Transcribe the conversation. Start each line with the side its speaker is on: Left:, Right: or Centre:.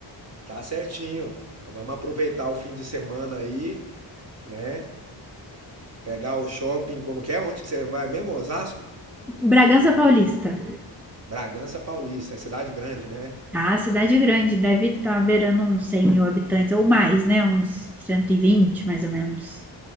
Right: tá certinho. Então, Vamos aproveitar o fim de semana aí, né? Pegar o shopping, como que é? Onde que você vai mesmo, Osasco?
Centre: Bragança Paulista.
Right: Bragança Paulista, é cidade grande, né?
Centre: Ah, cidade grande, deve estar beirando uns 100 mil habitantes ou mais, né? Uns 120 mais ou menos.